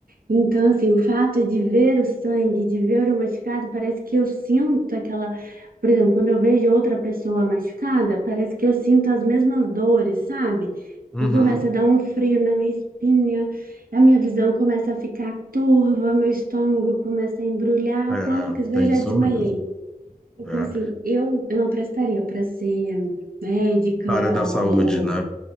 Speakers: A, on the right (about 75°); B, in the centre.
A: Então, assim, o fato de ver o sangue, de ver o machucado, parece que eu sinto aquela. Por exemplo, quando eu vejo outra pessoa machucada, parece que eu sinto as mesmas dores, sabe?
B: Uhum.
A: E começa a dar um frio na minha espinha, a minha visão começa a ficar turva, meu estômago começa a embrulhar.
B: É,
A: Quando eu quis ver,
B: tem
A: eu já
B: isso
A: desmaiei.
B: mesmo.
A: Então,
B: É.
A: assim, eu, eu não prestaria para ser médica
B: Na área da saúde,
A: ou,
B: né?
A: ou